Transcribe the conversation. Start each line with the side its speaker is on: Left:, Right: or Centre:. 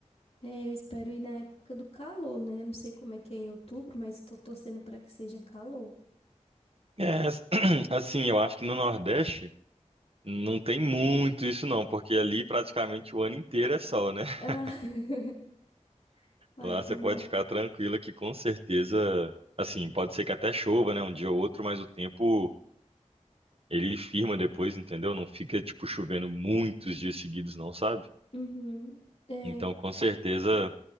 Left: É, eu espero ir na época do calor, né? Não sei como é que é em outubro, mas tô torcendo pra que seja calor.
Right: É, as- <clears throat> assim, eu acho que no Nordeste não tem muito isso não, porque ali praticamente o ano inteiro é sol, né? <laughs>
Left: Ah, <laughs> ah,
Right: Lá
Left: então
Right: você pode
Left: bom.
Right: ficar tranquila que com certeza, assim, pode ser que até chova, né, um dia ou outro, mas o tempo ele firma depois, entendeu? Não fica tipo chovendo muitos dias seguidos não, sabe?
Left: Uhum. É,
Right: Então, com certeza